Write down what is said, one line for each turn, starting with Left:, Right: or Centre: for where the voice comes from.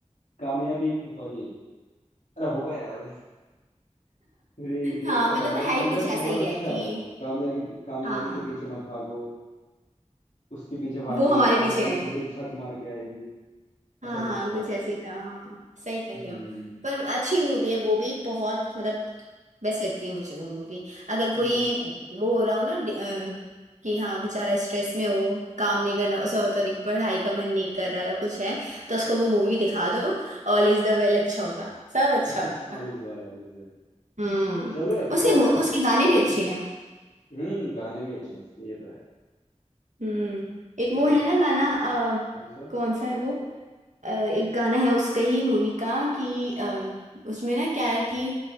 Left: कामयाबी सॉरी अरे होगा यार थ्री इडियट्स
Right: हाँ
Left: का
Right: मतलब
Left: डायलॉग
Right: है
Left: था
Right: ही
Left: बट
Right: कुछ ऐसा
Left: बहुत
Right: ही
Left: अच्छा
Right: है कि
Left: है वो कामयाबी कामयाबी
Right: हाँ
Left: के पीछे मत भागो उसके पीछे भागो
Right: वो हमारे
Left: कामयाबी
Right: पीछे आए
Left: पीछे झक मार के आएगी
Right: हाँ
Left: ऐसा कुछ
Right: हाँ
Left: था
Right: कुछ ऐसे ही था हाँ सही कह
Left: हम्म
Right: रहे हो पर अच्छी मूवी है वो भी बहुत मतलब बेस्ट लगती है मुझे वो मूवी अगर
Left: हम्म
Right: कोई वो हो रहा हो ना डि- अ, कि हाँ बेचारा स्ट्रेस में हो काम नहीं करना उसका मतलब पढ़ाई का मन नहीं कर रहा या कुछ है तो उसको वो मूवी दिखा दो ऑल इज द वेल अच्छा होगा सब अच्छा
Left: <laughs>
Right: होगा
Left: All is well all is well
Right: हम्म
Left: चलो अच्छा
Right: उसके
Left: है
Right: मु-
Left: हम्म
Right: उसके गाने भी अच्छे हैं
Left: हम्म, गाने भी अच्छे हैं उसके ये तो है
Right: हम्म एक
Left: चलो
Right: वो है ना गाना अ,
Left: कौन सा
Right: कौन सा है वो अ, एक गाना है उसका ही मूवी का कि अ, उसमें ना क्या है कि